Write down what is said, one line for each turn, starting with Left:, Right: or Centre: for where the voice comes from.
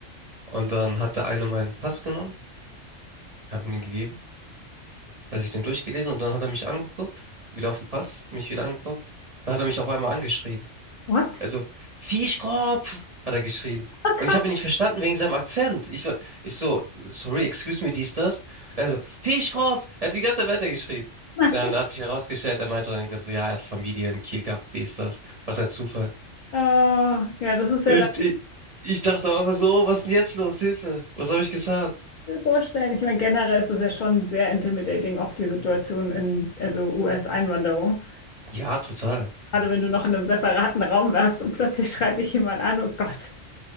Right: Und dann hat der eine meinen Pass genommen, hab ihm den gegeben, hat sich den durchgelesen und dann hat er mich angeguckt, wieder auf den Pass, mich wieder angeguckt. Da hat er mich auf einmal angeschrien.
Left: What?
Right: Also, Fischkopf, hat er geschrien.
Left: Oh
Right: Und
Left: Gott,
Right: ich habe ihn nicht verstanden wegen seinem Akzent. Ich war, ich so, sorry, excuse me, dies, das. Also, Fischkopf, er hat die ganze Zeit weitergeschrien.
Left: nein.
Right: Dann hat sich herausgestellt, er meinte dann irgendwann so, ja, er hat Familie in Kiel gehabt, dies, das. Was ein Zufall.
Left: Oh, ja, das ist
Right: Ich,
Left: ja
Right: ich, ich dachte aber so, was ist denn jetzt los? Hilfe, was habe ich getan?
Left: mir vorstellen. Ich meine, generell ist es ja schon sehr intimidating, oft die Situation in also US-Einwanderung.
Right: Ja, total.
Left: Gerade wenn du noch in einem separaten Raum warst und plötzlich schreit dich jemand an, oh Gott,